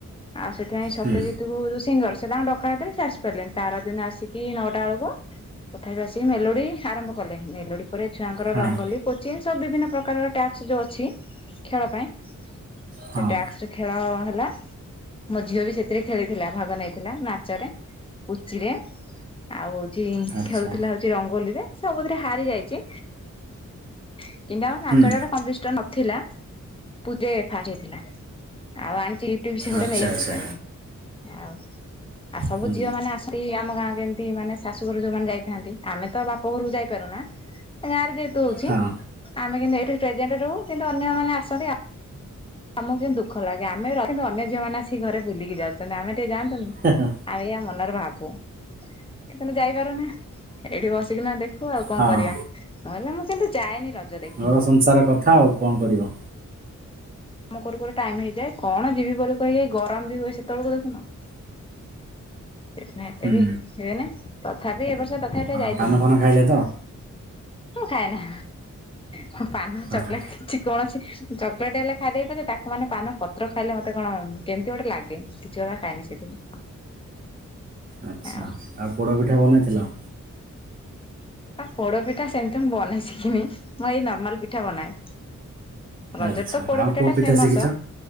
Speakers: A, on the left; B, on the right.
A: ଆଉ ସେଥିପାଇଁ ସତ୍ୟଜିତ
B: ହୁଁ
A: କୁ ଯୋଉ ସିଙ୍ଗର ସେ ତାଙ୍କ ଡ ଡକା ହୋଇଥିଲା ସେ ଆସି ପାରିଲେଣି। ତାର ଦିନ ଆସିକି ନଅଟା ବେଳକୁ ତଥାପି ଆସିକି ମେଲୋଡି ଆରମ୍ଭ କଲେ ମେଲୋଡି ପରେ ଛୁଆଙ୍କର
B: ହଁ
A: ରଙ୍ଗୋଲି କୋଚିଂ ସବୁ ବିଭିନ୍ନ ପ୍ରକାର ଟ୍ୟାକ୍ସ ଯୋଉ ଅଛି ଖେଳ ପାଇଁ
B: ହଁ
A: ସେ ଟାକ୍ସ ଖେଳ ହେଲା। ମୋ ଝିଅ ବି ସେ ସେଥିରେ ଖେଳିଥିଲା ଭାଗ ନେଇଥିଲା ନାଚରେ ପୁଚିରେ। ଆଉ ହଉଛି
B: ଆଚ୍ଛା
A: ଖେଳୁଥିଲା ହଉଛି ରଙ୍ଗୋଲିରେ ସବୁଥିରେ ହାରି ଯାଇଛି। କିନ୍ତୁ ଆମର
B: ହୁଁ
A: ନାଚରେ କମ୍ପିଟେସନ ନଥିଲା ପୁରୀରେ ଫାଷ୍ଟ ହେଇଥିଲା। ଆଉ ଆଣିଛି ଗିଫ୍ଟ ବି ସେ ଗୋଟେ
B: ଆଚ୍ଛା
A: ନେଇ ଆସିଥିଲା।
B: ଆଚ୍ଛା
A: ଆଉ ଆଉ ସବୁ
B: ହୁଁ
A: ଝିଅ ମାନେ ଆସି ସେ ଆମ ଗାଁ ଏମିତି ମାନେ ଶାଶୁଘରୁ ଯୋଉମାନେ ଯାଇଥାନ୍ତି ଆମେ ତ ବାପ ଘରକୁ ଯାଇପାରୁନା ଗାଁରେ ଯେହେତୁ ହେଉଛି
B: ହଁ
A: ଆମେ କିନ୍ତୁ ଏଇଠି ପ୍ରେଜେଣ୍ଟ ରହୁ କିନ୍ତୁ ଅନ୍ୟମାନେ ଆସନ୍ତି ଆମକୁ କିନ୍ତୁ ଦୁଃଖ ଲାଗେ ଆମେ ରହିବି କିନ୍ତୁ ଅନ୍ୟ ଝିଅମାନେ ଆସିକି ଘରେ ବୁଲିକି ଯାଉଛନ୍ତି। ଆମେ ଟିକେ ଯାଆନ୍ତୁ ନି।
B: ହଁ ହଁ
A: ଆଉ ଏଇଆ ମନରେ ଭାବୁ ଯେହେତୁ ଆମେ ଯାଇପାରୁନା ଏଇଠି ବସିକିନା ଦେଖୁ। ଦେଖୁ ଆଉ କଣ
B: ହଁ
A: କରିବା। <unintelligible> କିନ୍ତୁ ଯାଏନି ରଜ ଦେଖି।
B: ଘର ସଂସାର କଥା ଥା ଆଉ କଣ କରିବ।
A: କାମ କରୁ କରୁ ଟାଇମ୍ ହେଇଯାଏ କଣ ଯିବି ବୋଲି କହିକି ଗରମ ବି ହୁଏ ସେତେବେଳକୁ ଦେଖୁନ। ସେଥିପାଇଁ ଏତେ
B: ହୁଁ
A: ବି ହୁଏନି ତଥାପି ଏ ବର୍ଷ ତଥାପି ଟିକେ
B: ହଁ
A: ଯାଇଥିଲି।
B: ପାନ ଫାନ ଖାଇଲେ ତ
A: ମୁଁ ଖାଏନା ମୁଁ ପାନ
B: ହଁ
A: ଚକୋଲେଟ
B: ହଁ
A: କିଛି କୌଣସି ଚ କଲେଟ୍ ହେଲେ ଖାଇଦେବି ପଛେ ତାକୁ ମାନେ ପାନ ପତ୍ର ଖାଇଲେ ମତେ କଣ କେମିତି ଗୋଟେ ଲାଗେ କିଛି <unintelligible> ଖାଏନି ସେଥି ପାଇଁ।
B: ଆଚ୍ଛା
A: ଆଉ
B: ଆଉ ପୋଡ଼ ପିଠା ବନେଇଥିଲ?
A: ଆ ପୋଡ଼ ପିଠା ସେମିତି ମୁଁ ବନେଇ ଶିଖିନି ମୁଁ ଏଇ ନର୍ମାଲ ପିଠା ବନାଏ। ରଜରେ
B: ଆଚ୍ଛା
A: ତ ପୋଡ଼ପିଠା
B: ଆଉ କୋଉ
A: ଟା
B: ପିଠା
A: ଫେମସ।
B: ଶିଖିଛ